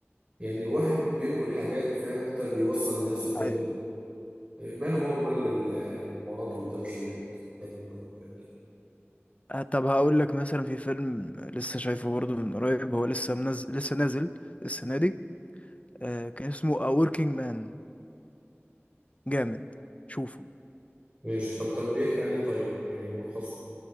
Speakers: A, on the right (about 30°); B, on the left (about 30°).
A: يعني واحد بينقل حاجات فاهم انت بيوصل ناس وكده
B: أيوة.
A: ماله هو مال الحوارات والدوشه والضرب ده والكلام ده
B: آه، طب هقول لك مثلا في فيلم لسه شايفه برضه من قريب هو لسه منزل لسه نازل السنة دي آه، كان اسمه A Working Man جامد شوفه
A: ماشي طب طب بيحكي عن ايه طيب يعني ملخصه